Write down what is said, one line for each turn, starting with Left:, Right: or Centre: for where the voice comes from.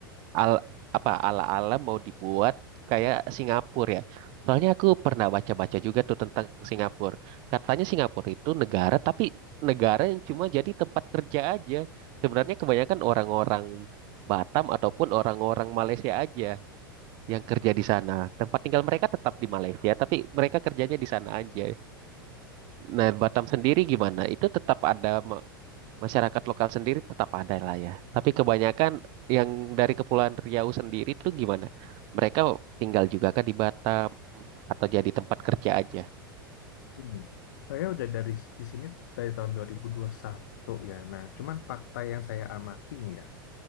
Right: al apa ala-ala mau dibuat kayak Singapura ya. Soalnya aku pernah baca-baca juga tuh tentang Singapura. Katanya Singapura itu negara tapi negara yang cuma jadi tempat kerja aja. Sebenarnya kebanyakan orang-orang Batam ataupun orang-orang Malaysia aja yang kerja di sana. Tempat tinggal mereka tetap di Malaysia, tapi mereka kerjanya di sana aja. Nah, Batam sendiri gimana? Itu tetap ada masyarakat lokal sendiri tetap ada lah ya. Tapi kebanyakan yang dari Kepulauan Riau sendiri tuh gimana? Mereka tinggal juga kan di Batam atau jadi tempat kerja aja.
Left: Hmm. Saya udah dari s- di sini dari tahun dua dua ribu dua puluh satu ya. Nah, cuman fakta yang saya amati nih ya